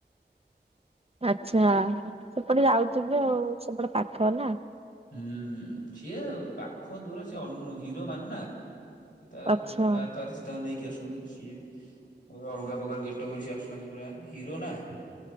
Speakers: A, on the right (about 35°); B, on the left (about 45°).
A: ଆଚ୍ଛା ସେପଟେ ଯାଉଥିବେ ଆଉ ସେପଟେ ପାଖରେ ନା।
B: ହୁଁ ସିଏ ପାଖ ଦୂର ସେ ଅନୁ ହିରୋ ମାନେ ନା। ସେ ତା
A: ଆଚ୍ଛା
B: କାର ଫାର ସିଏ ତାଙ୍କୁ ନେଇକି ଆସୁ ଚନ୍ତି ସିଏ ବି ଆଉ ଅଲଗା ପ୍ରକାର ଗେଟପ୍ ରେ ସିଏ ଆସୁଚନ୍ତି ପୁରା ହିରୋ ନା ।